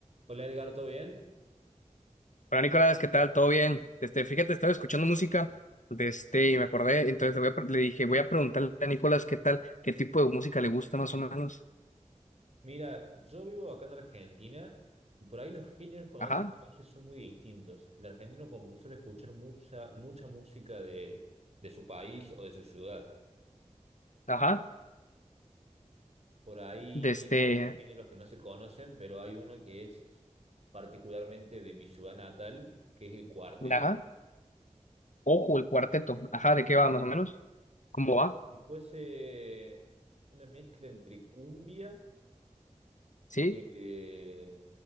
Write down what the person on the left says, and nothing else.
Hola Nicolás, ¿qué tal? ¿Todo bien? Este, fíjate, estaba escuchando música, de este, y me acordé, entonces le, voy a pre- le dije, voy a preguntarle a Nicolás qué tal, qué tipo de música le gusta más o menos.
Ajá,
ajá,
de este,
ajá, ojo, el cuarteto, ajá, ¿de qué va más o menos? ¿Cómo
va?
¿Sí?